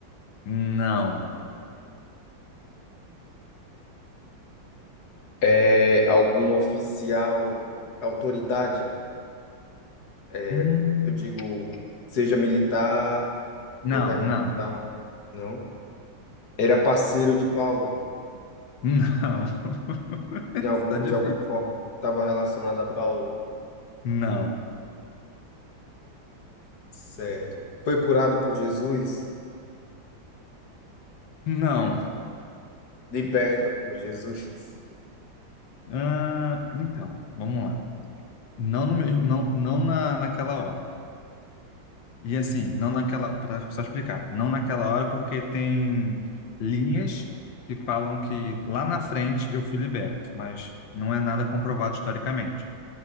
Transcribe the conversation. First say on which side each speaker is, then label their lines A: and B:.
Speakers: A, on the left; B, on the left.
A: Não.
B: é algum oficial, autoridade, é,
A: Hum,
B: eu digo, seja militar,
A: Não,
B: governamental,
A: não, não.
B: não? Era parceiro de Paulo,
A: Não. <laughs>
B: em algum,
A: Está difícil.
B: de alguma forma, estava relacionado a Paulo.
A: Não.
B: Hum, Certo. Foi curado por Jesus,
A: Não.
B: liberto por Jesus.
A: Ah, então, vamos lá. Não no mesmo, não, não na, naquela hora. E assim, não naquela, para só explicar, não naquela hora porque tem linhas que falam que lá na frente eu fui liberto, mas não é nada comprovado historicamente.